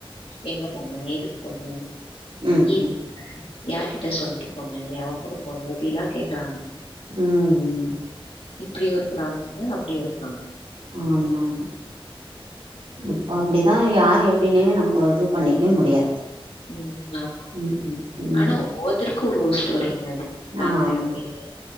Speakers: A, on the left (about 80°); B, on the right (about 85°).
A: எங்க போன எதுக்கு போன
B: ம்
A: எப்
B: ம்
A: யார்கிட்ட சொல்லிட்டு போன எவ கூட போன இப்டில்லா கேக்குறாங்க
B: ம் ம்
A: இப்டியு இருக்குறாங்கங்க அப்டியு இருக்கறாங்கங்க
B: ஆமா ஆமா இப்போ அப்டிதா யாரு எப்டின்னே நம்ம இது பண்ணிக்கவே முடியாது
A: ம் ஆமாங்க
B: ம் ம் ம்
A: ஆனா ஒவ்வொத்தரு க்கு ஒரு ஒரு ஸ்டோரிங்க அது நாங்க
B: ஆமா
A: அப்டி ஒரு